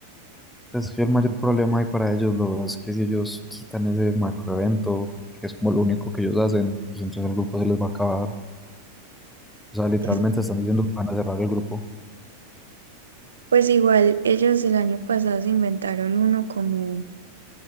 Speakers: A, in the centre; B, on the right.
A: es el mayor problema ahí para ellos, lo es que si ellos quitan ese macroevento, que es como lo único que ellos hacen, pues entonces el grupo se les va a acabar. O sea, literalmente
B: Es-
A: están diciendo que van a cerrar el grupo.
B: Pues igual, ellos el año pasado se inventaron uno como,